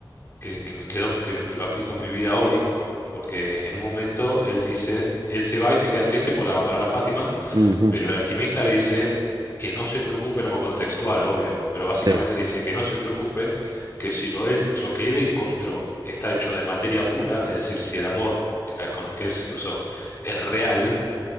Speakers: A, on the left (about 30°); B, on the right (about 55°).
A: que, que me quedó, que, que lo aplico en mi vida hoy, porque en un momento él dice, él se va y se queda triste por abandonar a Fátima
B: Ujú, ujú,
A: pero el alquimista le dice que no se preocupe, no me acuerdo textual, obvio, pero básicamente
B: Sí,
A: le dice que no se preocupe, que si lo, él- lo que él encontró está hecho de materia pura, es decir, si el amor eh, con el que él se cruzó es real,